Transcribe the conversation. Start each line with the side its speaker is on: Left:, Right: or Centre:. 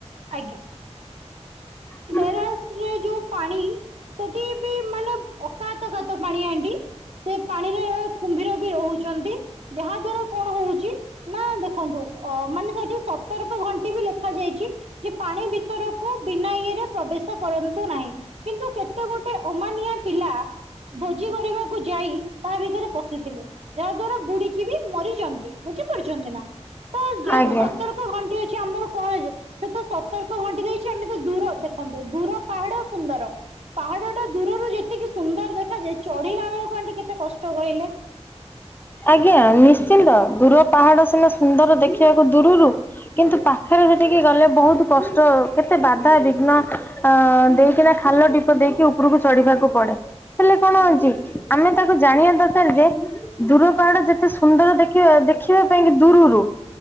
Right: ଆଜ୍ଞା।
Left: ହଁ
Right: ଡେରସ ରେ ଯୋଉ ପାଣି ସେଠି ବି ମାନେ ଅକାତ କାତ ପାଣି ଆଣ୍ଟି। ସେ ପାଣିରେ କୁମ୍ଭୀର ବି ରହୁଛନ୍ତି ଯାହା ଦ୍ଵାରା କଣ ହଉଛି ନା ଦେଖନ୍ତୁ ଅ ମାନେ ସେଠି ସତର୍କ ଘଣ୍ଟି ବି ଲେଖା ଯାଇଛି। ଯେ ପାଣି ଭିତରକୁ ବିନା ଇଏରେ ପ୍ରବେଶ କରନ୍ତୁ ନାହିଁ। କିନ୍ତୁ କେତେ ଗୋଟେ ଅମାନିଆ ପିଲା ଭୋଜି କରିବାକୁ ଯାଇ ତା ଭିତରେ ପଶିଥିଲେ। ଯାହା ଦ୍ଵାରା ବୁଡିକି ବି ମରିଛନ୍ତି ବୁଝିପାରୁଛନ୍ତି ନା ତ ଯେହେତୁ
Left: ଆଜ୍ଞା।
Right: ସତର୍କ ତର୍କ ଘଣ୍ଟି ଅଛି ଆମର କଣ ସେ ତ ସତର୍କ ଘଣ୍ଟି ଦେଇଛି ଆମେ ତ ଦୂର ଦେଖନ୍ତୁ ଦୂର ପାହାଡ ସୁନ୍ଦର। ପାହାଡ ଟା ଦୂରରୁ ଯେତିକି ସୁନ୍ଦର ଦେଖାଯାଏ ଚଢିଲା ବେଳକୁ ଆଣ୍ଟି କେତେ କଷ୍ଟ କହିଲେ।
Left: ଆଜ୍ଞା ନିଶ୍ଚିନ୍ତ ଦୂର ପାହାଡ ସିନା ସୁନ୍ଦର ଦେଖିବାକୁ ଦୂରରୁ କିନ୍ତୁ ପାଖରେ ସେଠିକି ଗଲେ ବହୁତ କଷ୍ଟ କେତେ ବାଧାାବିଘ୍ନ ଆ ଦେଇକିନା ଖାଲ ଢିପ ଦେଇକି ଉପ ଉପରକୁ ଚଢିବାକୁ ପଡେ ହେଲେ କଣ ହଉଛି ଆମେ ତାକୁ ଜାଣିବା ଦରକାର ଯେ ଦୂର ପାହାଡ ଯେତେ ସୁନ୍ଦର ଦେଖିବା ଦେଖିବା ପାଇଁକି ଦୂରରୁ